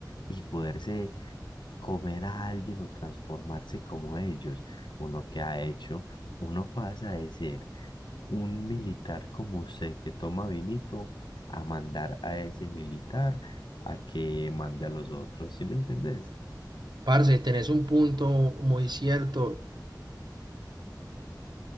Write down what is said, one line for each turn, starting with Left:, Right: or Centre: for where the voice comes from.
Left: y poderse comer a alguien o transformarse como ellos. Uno que ha hecho, uno pasa de ser un militar como usted que toma vinito a mandar a ese militar a que mande a los otros, ¿sí me entendés?
Right: Parce, tenés un punto muy cierto